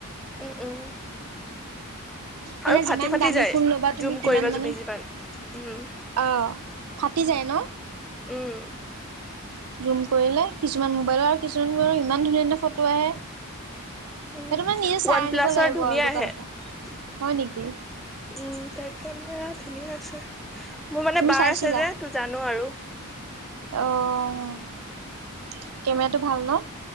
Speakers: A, in the centre; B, on the right (about 85°).
A: উম উম।
B: মানে
A: আৰু ফাটি
B: যিমান
A: ফাটি
B: দামী
A: যায়
B: ফোন ল'বা তুমি
A: জুম
B: তিমান
A: কৰিবা
B: মানে
A: জুমি যিমান উম।
B: অ', ফাটি যায় ন।
A: উম
B: জুম কৰিলে কিছুমান মোবাইলৰ আৰু কিছুমান ইমান ধুনীয়া ধুনীয়া ফটো আহে।
A: ওৱান
B: সেইটো মানে নিজে চাই আনিব
A: প্লাছৰ
B: লাগিব
A: ধুনীয়া
B: আৰু
A: আহে।
B: দোকানৰ পৰা
A: উম
B: হয় নেকি
A: ত কেমেৰাত। ধুনীয়া আছে মোৰ মানে
B: তুমি
A: বাৰ
B: চাইছিলা
A: আছে যে তোৰ জানো আৰু।
B: অ কেমেৰাটো ভাল ন